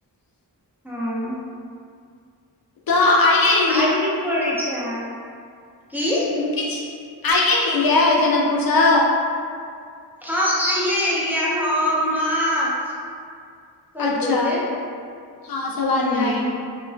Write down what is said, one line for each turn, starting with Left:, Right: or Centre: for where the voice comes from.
Centre: हँ
Left: तऽ आ
Centre: आर की करै छ क
Left: किछु आइए एलियै जनकपुरसँ?
Centre: हँ, आइए एलियै हम माँ सब
Left: अच्छा,
Centre: गोटे
Left: हँ, सभ आदमी
Centre: हूँ
Left: आई